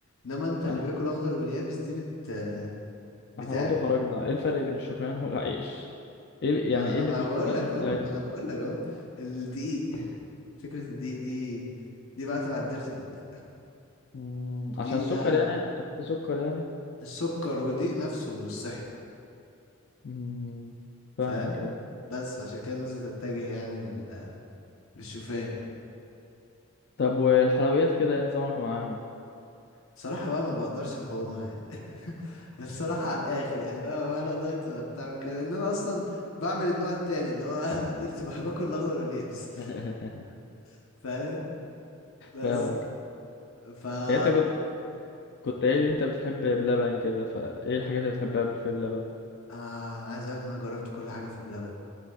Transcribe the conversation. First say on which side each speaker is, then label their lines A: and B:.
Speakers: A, on the left (about 80°); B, on the left (about 55°).
A: انما انت اللي
B: انا
A: بياكل اخضر واليابس دي بت بتعمل
B: احنا برضو خرجنا ايه الفرق بين الشوفان والعيش ايه ال-
A: ما
B: يعني
A: انا
B: ايه اللي
A: ما
B: في الشوفان
A: بقول لك
B: مش في
A: اهو
B: العيش
A: ما انا بقول لك اهو الدقيق فكرة الدقيق دي دي بقى تبع الديرتي بطل
B: مم.
A: الدقيق
B: عشان السكر
A: ده
B: يعني عشان في سكر يعني
A: السكر والدقيق نفسه مش صحي
B: مم.
A: فاهم
B: فاهمك ايوه
A: بس عشان كده الناس تتجه يعني لل- للشوفان
B: طب والحلويات كده ايه نظامك معاها
A: صراحة بقى انا ما بقدرش اقاومها يعني <laughs> بصراحة على الاخر يعني بقى ولا دايت ولا بتاع كده ان انا اصلا بعمل النوع التاني اللي هو <laughs> ديرتي بقى باكل الاخضر واليابس
B: <laughs>
A: <laughs> فاهم بس
B: فاهمك
A: فا
B: يعني انت كنت كنت قايل لي انت بتحب بلبن كده فايه الحاجات اللي بتحبها في بلبن
A: انا عايز اقولك إن انا جربت كل حاجه في بلبن